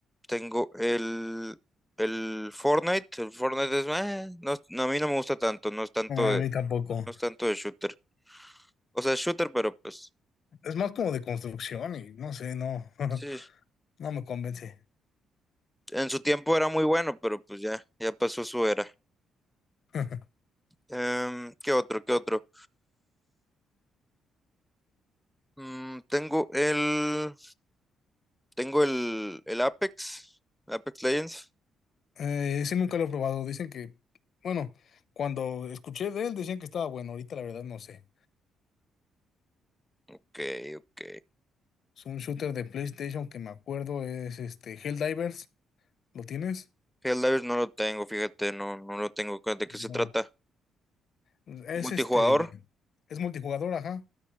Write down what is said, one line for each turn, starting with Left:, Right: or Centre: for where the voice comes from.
Centre: tengo el, el Fortnite, el Fortnite es, "Meh", no, no, a mí no me gusta tanto, no es tanto
Left: Ah,
Centre: de,
Left: A mí tampoco.
Centre: no es tanto de shooter. O sea, es shooter, pero pues,
Left: Es más como de construcción y no sé, no, <laughs>
Centre: sí,
Left: no me convence.
Centre: en su tiempo era muy bueno, pero pues ya, ya pasó su era.
Left: <laughs>
Centre: Em, ¿qué otro? ¿Qué otro? Mm, tengo el. Tengo el, el Apex. Apex Legends.
Left: Eh, sí, nunca lo he probado. Dicen que, bueno, cuando escuché de él decían que estaba bueno. Ahorita la verdad no sé.
Centre: Ok, ok.
Left: Es un shooter de PlayStation que me acuerdo es este Helldivers. ¿Lo tienes?
Centre: Helldivers no lo tengo, fíjate, no, no lo tengo. ¿De qué
Left: No.
Centre: se trata?
Left: Es
Centre: ¿Multijugador?
Left: este, es multijugador, ajá,